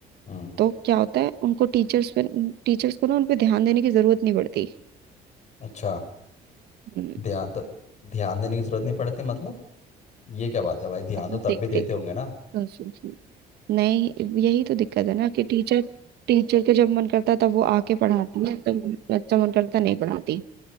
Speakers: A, on the left; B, on the right.
A: हम्म
B: तो क्या होता है उनको टीचर्स पे टीचर्स को ना उन पे ध्यान देने की जरूरत नहीं पड़ती
A: अच्छा
B: हम्म
A: ध्यान तो ध्यान देने की ज़रूरत नहीं पड़ती मतलब ये क्या बात है भाई ध्यान
B: मतलब
A: तो
B: देख
A: तब भी देते
B: देख
A: होंगे ना
B: सुन सुन सुन नहीं यही तो दिक्कत है ना कि टीचर टीचर के जब मन करता तब वो आके पढ़ाती है तब बच्चा मन करता नहीं पढ़ाती